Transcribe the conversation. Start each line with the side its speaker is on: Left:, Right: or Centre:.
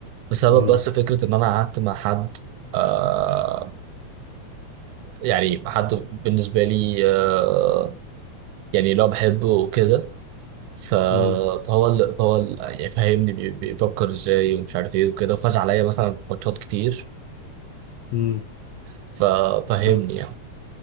Right: بسبب
Left: امم
Right: بس فكره ان انا قعدت مع حد آه يعني حد بالنسبه لي آه يعني لو بحبه وكده ف-
Left: امم
Right: فهو ال فهو ال يعني فهمني بي- بيفكر ازاي ومش عارف ايه وكده وفاز عليا مثلا في ماتشات كتير
Left: امم
Right: ففهمني
Left: خل...
Right: يعني